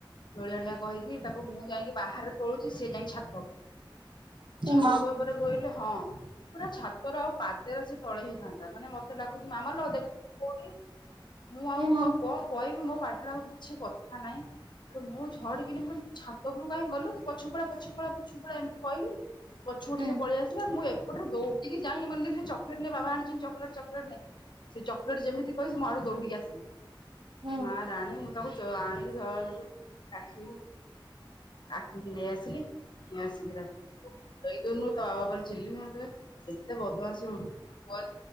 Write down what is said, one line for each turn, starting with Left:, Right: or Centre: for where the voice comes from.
Left: ତୋଳି ଆଣିବା କହିକି ତାକୁ ମୁଁ ଯାଇକି ବାହାରେ ତୋଳୁଚି ସେ ଯାଇକି ଛାତ ଉପରେ ଛାତ
Right: ଏ ମା
Left: ଉପରେ କହିଲେ ହଁ। ପୁରା ଛାତର ଆଉ ପାଦରେ ସେ ତଳେ ହେଇଥାନ୍ତା ମାନେ ମତେ ଡାକୁଛି ମାମା ଲୋ ଦେଖିଲୁ ମୁଁ କୋଉଠି ମୁଁ ଆଉ
Right: ଏ ମା
Left: କଣ କହିବି ମୋ ପାର୍ଟିରେ ଆଉ କିଛି କଥା ନାହିଁ ଏଠୁ ମୁଁ ଝଡଡ଼ିନି କହଲି ତୁ ଛାତ ଉପରୁ କାହିଁ ଗଲୁ ପଛ ପଳା ପଛୁ ପଳା ପଛୁ ପଳା ଏମିତି କହିଲି ପଛକୁିଟିକେ
Right: ହୁଁ
Left: ପଳେଇ ଆସିଲ ମୁଁ ଏପଟେ ଦଉିକି ଯାଇଁ ମେ ନେଇି ଚକଲେଟ ନାଇଁ ବାବା ଆଣିଛନ୍ତି ଚକଲେଟ ଚକଲେଟ ନେ। ସେ ଚକୋଲେଟ ଯେମିତି କହିଚି ମୁଁ ଆଡୁ ଦୌଡିକି ଆସିଲି
Right: ହୁଁ
Left: ମା ଟାଣୀ ମୁଁ ତାକୁ ଆଣିକି କାଖେଇଲି। କାଖେଇକି ନେଇ ଆସିଲି ନେଇ ଆସିକି ତାକୁ ସେଇ ଦିନରୁ ତା ବାବା ଉପରେ ଚିଲି ଏତେ ବଦମାସି ହଉଛୁ